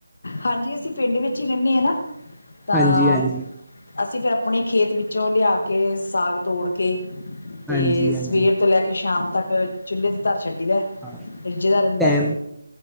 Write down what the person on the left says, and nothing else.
ਹਾਂਜੀ ਅਸੀਂ ਪਿੰਡ ਵਿੱਚ ਹੀ ਰਹਿੰਨੇ ਹਾਂ ਨਾ ਤਾਂ
ਅਸੀਂ ਫੇਰ ਆਪਣੇ ਖੇਤ ਵਿੱਚੋਂ ਲਿਆ ਕੇ ਸਾਗ ਤੋੜ ਕੇ ਤੇ
ਸਵੇਰ ਤੋਂ ਲੈ ਕੇ ਸ਼ਾਮ ਤੱਕ ਚੁੱਲ੍ਹੇ 'ਤੇ ਧਰ ਛੱਡੀ ਦਾ।
ਰਿੱਝਦਾ ਰਹਿੰਦਾ